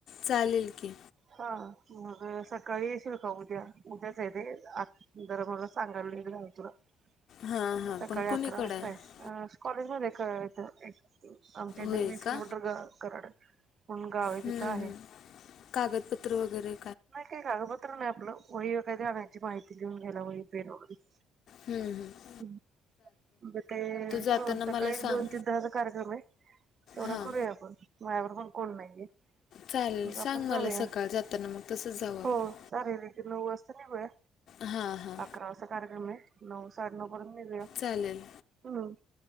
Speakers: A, on the left; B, on the right.
A: चालेल ल की
B: हा. मग सकाळी येशील का उद्या उद्याच आहे तेे आ जरा मला सांगायला तुला राहिल ह म्
A: हां हां
B: सकाळी
A: पण
B: अकरा
A: कुणीकडं
B: वाजताय
A: आहे
B: म कॉलेज मध्ये आमच्या इथ
A: होय
B: वीस
A: का
B: किलोमीटर वर कराड म्हणून गाव
A: हं,
B: तिथं आहे
A: हं. कागदपत्र वगैरे रे
B: नाही काय कागपत्र नाही आपलं वही व काय गावाची माहिती लिहून घ्यायला वही पेन वगैरे
A: हम्म हम्म म म
B: हम् म बर ते
A: जाताना
B: हो सकाळी
A: मला सांग
B: दोन ते दहाचा कार्यक्रम आहे तेवढा
A: हां
B: करूया आपण याबरोबर पण कोण नाहीये
A: चालेल
B: मग आपण
A: सांग म
B: जाऊया.
A: मला सकाळ जाताना मग तसंच जाऊ आपण
B: हो चालेल र नऊ वाजता निघुया
A: हां हां
B: अकरा वाजता कार्यक्रम आहे नऊ साडेनऊ पर्यंत निघूया
A: चालेल
B: हम्